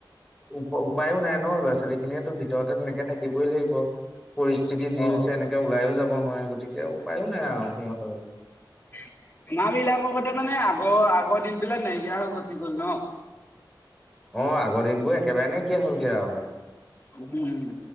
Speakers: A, in the centre; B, on the left (about 30°).
A: উ উপায়ো নাই ন ল'ৰা ছোৱালী খিনিয়ে ভিতৰতে তেনেকে থাকিবই লাগিব। পৰিস্থিতি যি
B: অ
A: হৈছে এনেকে ওলাইও যাব নোৱাৰে গতিকে উপায়ো নাই আৰু সিহঁতৰ
B: উম আমাৰ বিলাকৰ কতে মানে আগৰ আগৰ দিন বিলাক নাইকিয়া হৈ গুছি গ'ল ন।
A: অ আগৰ দিনবোৰ একেবাৰে নাকিয়া হলগে আৰু।
B: উম